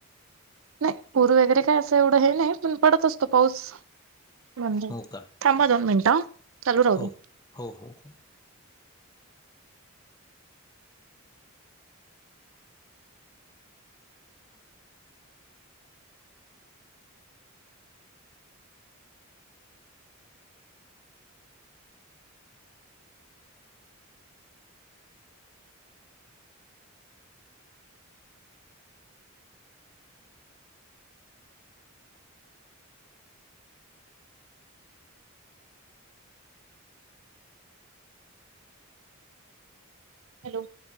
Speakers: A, on the right; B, on the left.
A: नाही पूर वगैरे काय असं एवढं हे नाही, पण पडत असतो पाऊस. म्हणजे,,
B: हो का
A: थांबा दोन मिनिटं, चालू राहु
B: हो
A: दे.
B: हो हो हो
A: हॅलो!